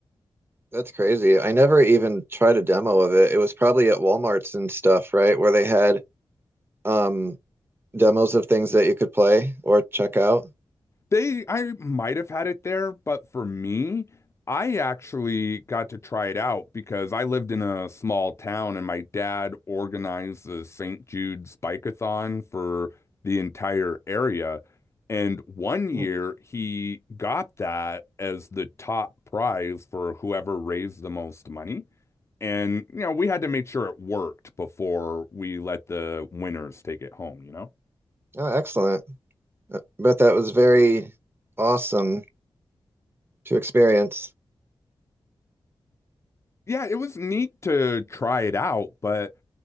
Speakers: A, on the right; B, on the left.
A: That's crazy. I never even tried a demo of it. It was probably at Walmarts and stuff, right? Where they had um demos of things that you could play or check out.
B: They, I might have had it there, but for me, I actually got to try it out because I lived in a small town and my dad organized the St. Jude's Bike-A-Thon for the entire area. And one year
A: Mm,
B: he got that as the top prize for whoever raised the most money. And, you know, we had to make sure it worked before we let the winners take it home, you know?
A: Oh, excellent. Uh, But that was very awesome to experience.
B: Yeah, it was neat to try it out, but.